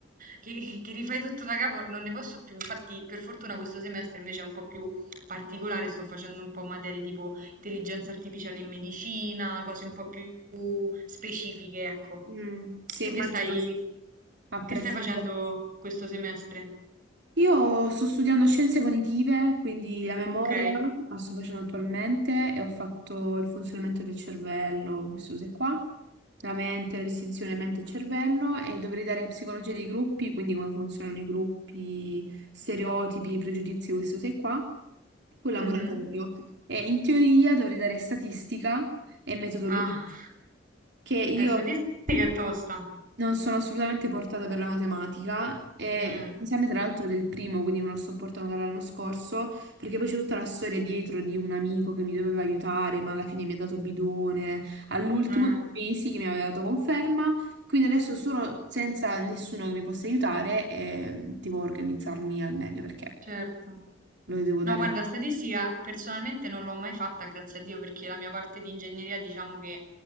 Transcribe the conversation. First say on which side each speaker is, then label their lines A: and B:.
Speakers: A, on the right; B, on the right.
A: Che, che rifai tutto da capo, non ne posso più. Infatti, per fortuna questo semestre invece è un po' più particolare, sto facendo un po' materie tipo Intelligenza artificiale in medicina, cose un po' più specifiche, ecco.
B: Mm, sì,
A: Tu
B: immagino
A: che stai,
B: che ha
A: che
B: preso.
A: stai facendo questo semestre?
B: Io sto studiando scienze cognitive, quindi la memoria
A: Ok.
B: la sto facendo attualmente e ho fatto il funzionamento del cervello, queste cose qua, la mente, la distinzione mente-cervello e dovrei dare psicologia dei gruppi, quindi come funzionano i gruppi, stereotipi, pregiudizi, queste cose qua, poi laboratorio.
A: Mhm.
B: E in teoria dovrei dare statistica e metodologia,
A: Ah,
B: che io
A: eh, statistica è tosta.
B: non sono assolutamente portata per la matematica e
A: Mm,
B: l'esame tra l'altro del primo, quindi me lo sto portando dall'anno scorso, perché poi c'è tutta la storia dietro di un amico che mi doveva aiutare, ma alla fine mi ha dato bidone, all'ultimo
A: eh,
B: dei mesi che mi aveva dato conferma, quindi adesso sono senza nessuno che mi possa aiutare e mm, devo organizzarmi al meglio perché
A: certo.
B: lo devo
A: No,
B: dare
A: guarda, statistica personalmente non l'ho mai fatta, grazie a Dio, perché la mia parte di ingegneria diciamo che